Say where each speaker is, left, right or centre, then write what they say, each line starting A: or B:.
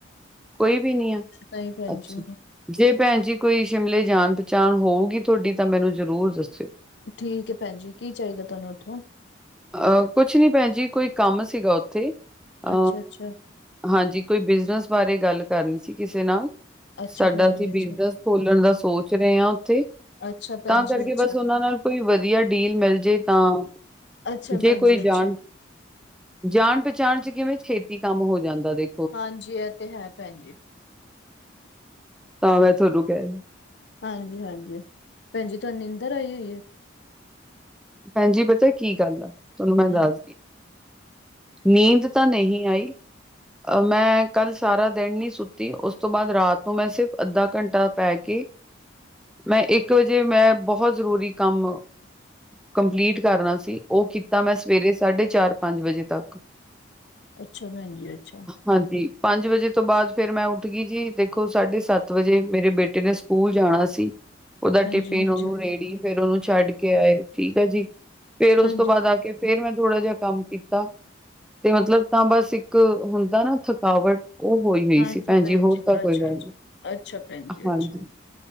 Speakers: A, in the centre; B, on the left (about 60°).
A: ਕੋਈ ਵੀ, ਨਹੀਂ ਆ।
B: ਨਹੀਂ, ਭੈਣ
A: ਅੱਛਾ
B: ਜੀ।
A: ਜੇ, ਭੈਣ ਜੀ, ਕੋਈ ਸ਼ਿਮਲੇ ਜਾਣ- ਪਹਿਚਾਣ ਹੋਊਗੀ। ਤੁਹਾਡੀ ਤਾਂ, ਮੈਨੂੰ ਜ਼ਰੂਰ ਦੱਸਿਉ।
B: ਠੀਕ ਹੈ। ਭੈਣ ਜੀ, ਕੀ ਚਾਹੀਦਾ, ਤੁਹਾਨੂੰ ਉੱਥੋਂ।
A: ਆ, ਕੁਛ ਨੀ, ਭੈਣ ਜੀ, ਕੋਈ ਕੰਮ ਸੀਗਾ, ਉੱਥੇ। ਆ।
B: ਅੱਛਾ ਅੱਛਾ
A: ਹਾਂਜੀ। ਕੋਈ ਬਿਜਨਸ, ਬਾਰੇ ਗੱਲ ਕਰਨੀ ਸੀ। ਕਿਸੇ ਨਾਲ।
B: ਅੱਛਾ
A: ਸਾਡਾ,
B: ਭੈਣ
A: ਅਸੀਂ
B: ਜੀ ਅੱਛਾ
A: ਬਿਜ਼ਨਸ, ਖੋਲਣ ਦਾ ਸੋਚ ਰਹੇ ਹਾਂ। ਉੱਥੇ।
B: ਅੱਛਾ ਭੈਣ
A: ਤਾਂ ਕਰਕੇ,
B: ਜੀ ਅੱਛਾ
A: ਬਸ ਉਹਨਾਂ ਨਾਲ, ਕੋਈ ਵਧੀਆ, ਡੀਲ ਮਿਲ ਜੇ ਤਾਂ।
B: ਅੱਛਾ
A: ਜੇ
B: ਭੈਣ
A: ਕੋਈ,
B: ਜੀ ਅੱਛਾ
A: ਜਾਣ। ਜਾਣ- ਪਚਾਣ ਚ, ਕਿਵੇਂ ਛੇਤੀ ਕੰਮ ਹੋ ਜਾਂਦਾ। ਜੇ,
B: ਹਾਂਜੀ। ਇਹ ਤੇ ਹੈ। ਭੈਣ ਜੀ।
A: ਤਾਂ ਮੈਂ, ਤੁਹਾਨੂੰ ਕਹਿ।
B: ਹਾਂਜੀ- ਹਾਂਜੀ। ਭੈਣ ਜੀ, ਤੁਹਾਨੂੰ ਨਿੰਦਰ, ਆਈ ਹੋਈ ਹੈ।
A: ਭੈਣ ਜੀ, ਪਤਾ ਕੀ ਗੱਲ ਆ। ਤੁਹਾਨੂੰ ਮੈਂ
B: ਹਾਂ
A: ਦੱਸਦੀ। ਨੀਂਦ ਤਾਂ, ਨਹੀਂ ਆਈ। ਮੈਂ ਕੱਲ, ਸਾਰਾ ਦਿਨ ਨੀ, ਸੁੱਤੀ। ਉਸ ਤੋਂ ਬਾਅਦ, ਰਾਤ ਨੂੰ, ਮੈਂ ਸਿਰਫ, ਅੱਧਾ ਘੰਟਾ ਪੈ ਕੇ।
B: ਹ <inaudible>
A: ਮੈਂ ਇੱਕ ਵਜੇ, ਮੈਂ ਬਹੁਤ ਜ਼ਰੂਰੀ ਕੰਮ। ਕੰਪਲੀਟ ਕਰਨਾ ਸੀ ਉਹ ਕੀਤਾ ਮੈਂ ਸਵੇਰੇ ਸਾਢੇ ਚਾਰ ਪੰਜ ਵਜੇ ਤੱਕ। <inaudible>
B: ਅੱਛਾ ਭੈਣ ਜੀ ਅੱਛਾ।
A: ਹਾਂਜੀ ਪੰਜ ਵਜੇ ਤੋਂ ਬਾਅਦ ਫੇਰ ਮੈਂ ਉੱਠ ਗਈ ਜੀ ਦੇਖੋ ਸਾਢੇ ਸੱਤ ਵਜੇ ਮੇਰੇ ਬੇਟੇ ਨੇ ਸਕੂ ਸਕੂਲ ਜਾਣਾ ਸੀ। ਉਹਦਾ
B: ਹਾਂਜੀ
A: ਟਿਫਿਨ,
B: ਹਾਂਜੀ
A: ਉਹਨੂੰ ਰੇੜੀ, ਫੇਰ ਉਹਨੂੰ, ਛੱਡ ਕੇ ਆਏ। ਠੀਕ ਹੈ ਜੀ। ਫੇਰ ਉਸ
B: ਹਾਂਜੀ
A: ਤੋਂ, ਬਾਅਦ ਆ ਕੇ। ਫੇਰ ਮੈਂ, ਥੋੜਾ ਜਿਹਾ ਕੰਮ ਕੀਤਾ। ਤੇ ਮਤਲਬ, ਤਾਂ ਬਸ, ਇੱਕ ਹੁੰਦਾ ਨਾ, ਥਕਾਵਟ। ਉਹ, ਹੋਈ, ਹੋਈ
B: ਹਾਂਜੀ
A: ਸੀ। ਭੈਣਜੀ,
B: ਭੈਣ
A: ਹੋਰ
B: ਜੀ
A: ਤਾਂ ਕੋਈ
B: ਅੱਛਾ
A: ਗੱਲ ਨੀ,
B: ਅੱਛਾ ਅੱਛਾ ਭੈਣ ਜੀ
A: ਹਾਂਜੀ।
B: ਅੱਛਾ